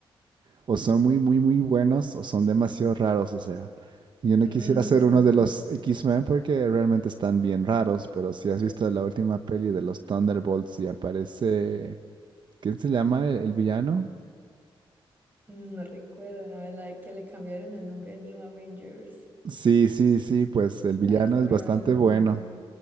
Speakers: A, on the right (about 55°); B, on the right (about 20°).
A: o son muy, muy, muy buenos o son demasiado raros. O sea, yo no
B: Mm,
A: quisiera ser
B: bueno,
A: uno
B: sí.
A: de los X-Men porque realmente están bien raros. Pero si has visto la última peli de los Thunderbolts y aparece... ¿Quién se llama el el villano?
B: Mm, No recuerdo, la de que le cambiaron el nombre a New Avengers.
A: Sí, sí, sí, pues el villano
B: Ah, se
A: es
B: me
A: bastante
B: va el nombre.
A: bueno.